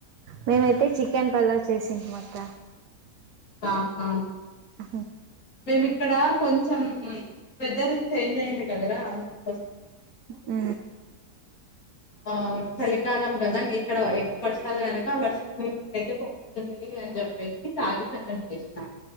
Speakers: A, on the right; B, on the left.
A: మేమైతే చికెన్ పలావ్ చేసింటిమక్క
B: ఆహా
A: అ
B: మేము ఇక్కడ కొంచెం వెదర్ చేంజ్ అయింది కదరా అందు కోసం
A: ఊ
B: ఆ చలికాలం కదా ఇక్కడ ఎక్కువ వర్షాలు కనుక ఆ వర్షం ఇ <unintelligible> యితే బాగుంటుంది అని చెప్పేసి సాగితంగం చేసిన